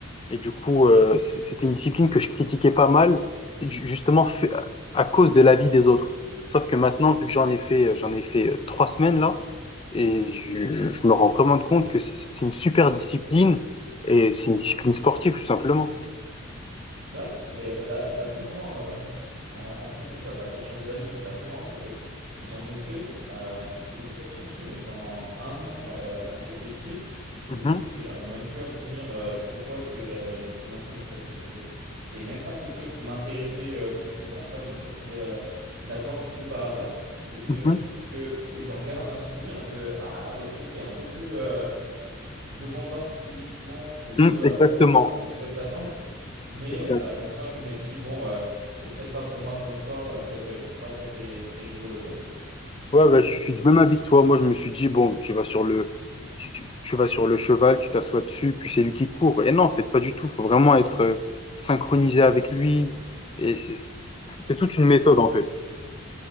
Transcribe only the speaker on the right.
Ouais, c'est c'est- c'est a- c'est assez marrant. euh, euh, en plus, ça t'a fait changer d'avis, mais c'est assez marrant parce que j'en ai fait. euh, j'ai fait de l'équitation aussi, mais pendant un an euh, quand j'étais petit.
Et le truc, c'est que j'arrive même plus à me souvenir euh, pourquoi est-ce que j'ai j'ai commencé l'équitation parce que c'est même pas quelque chose qui m'intéressait euh, plus que ça. Je crois que je me suis retrouvé euh, là-dedans un petit peu par hasard. Et c'est
vrai que j'en garde un souvenir de ah, ok, c'est un peu plus. euh, demandant physiquement que ce
à quoi on pourrait s'attendre. Mais
euh, je me souviens que je m'étais dit, bon, euh, c'est peut-être pas pour moi comme sport, euh, peut-être euh, je trouve pas ça très, très rigolo, quoi.